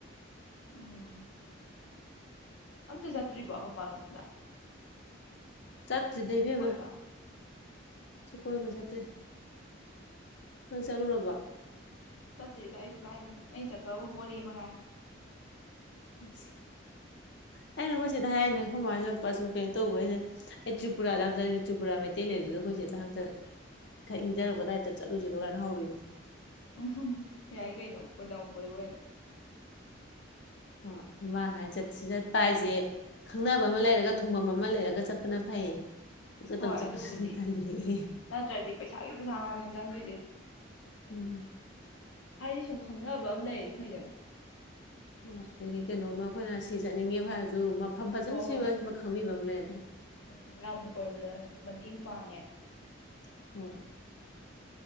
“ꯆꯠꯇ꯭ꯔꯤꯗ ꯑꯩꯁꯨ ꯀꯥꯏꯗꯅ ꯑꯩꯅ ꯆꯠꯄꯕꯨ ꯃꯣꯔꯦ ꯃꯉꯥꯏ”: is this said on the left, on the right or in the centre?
Left